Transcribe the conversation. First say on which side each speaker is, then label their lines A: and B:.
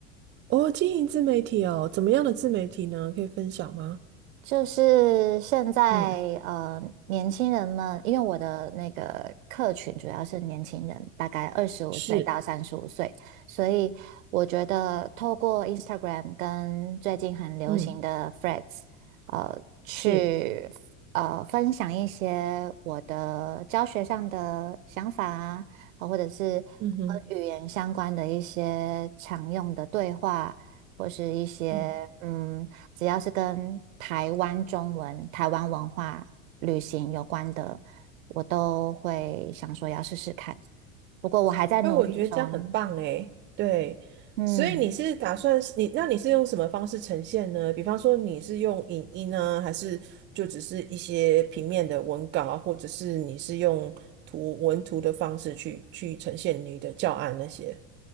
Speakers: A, on the right; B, on the right.
A: 哦，经营自媒体哦，怎么样的自媒体呢？可以分享吗？
B: 就是现在，
A: 嗯，
B: 呃，年轻人们，因为我的那个客群主要是年轻人，大概二十五岁到三十五岁，
A: 是，
B: 所以我觉得透过 Instagram 跟最近很流行的
A: 嗯
B: Threads，呃，去呃分享一些我的教学上的想法啊，
A: 是，
B: 呃或者是跟语言相关的一些常用的对话，
A: 嗯哼。
B: 或是一些嗯。
A: 嗯。
B: 只要是跟台湾中文、台湾文化、旅行有关的，我都会想说要试试看。不过我还在努力中，
A: 哎，我觉得这样很棒哎，对，
B: 嗯，
A: 所以你是打算是你，那你是用什么方式呈现呢？比方说你是用影音呢，还是就只是一些平面的文稿啊，或者是你是用图文图的方式去去呈现你的教案那些？